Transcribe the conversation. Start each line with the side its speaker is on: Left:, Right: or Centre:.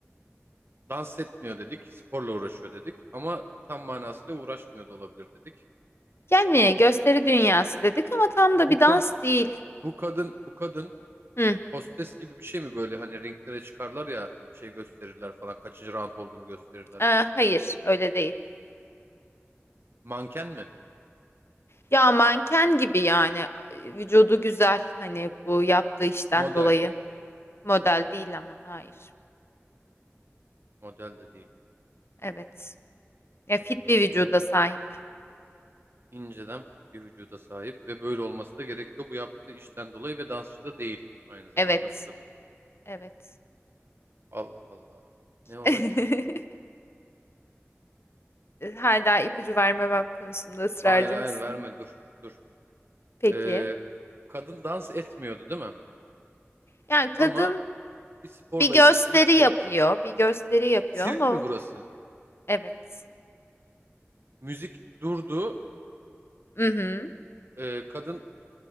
Right: Dans etmiyor dedik, sporla uğraşıyor dedik ama tam manasıyla uğraşmıyor da olabilir dedik.
Left: Yani gösteri dünyası dedik ama tam
Right: Bu
Left: da bir dans
Right: kod,
Left: değil.
Right: bu kadın, bu kadın
Left: Hı,
Right: hostes gibi bir şey mi böyle hani ringlere çıkarlar ya şey gösterirler falan kaçıncı round olduğunu gösterirler.
Left: e, hayır, öyle değil.
Right: Manken mi?
Left: Ya manken gibi yani vücudu güzel hani bu yaptığı işten
Right: Model.
Left: dolayı. Model değil ama hayır.
Right: Model de değil.
Left: Evet. Ya
Right: Ee,
Left: fit bir vücuda
Right: ne o?
Left: sahip.
Right: İnceden fit bir vücuda sahip ve böyle olması da gerekiyor bu yaptığı işten dolayı ve dansçı da değil aynı zamanda
Left: Evet.
Right: bu kadın.
Left: Evet.
Right: Allah Allah. Ne ola
Left: <laughs>
Right: ki?
Left: Hala ipucu vermemem konusunda ısrarcı
Right: Hayır hayır
Left: mısın?
Right: verme dur dur.
Left: Peki.
Right: Ee, kadın dans etmiyordu değil mi?
Left: Yani kadın
Right: Ama bir sporla
Left: bir gösteri
Right: ilişkili bir şey
Left: yapıyor,
Right: yapıyordu.
Left: bir gösteri yapıyor
Right: Sirk
Left: ama
Right: mi burası?
Left: evet.
Right: Müzik durdu.
Left: Mhm.
Right: Ee, kadın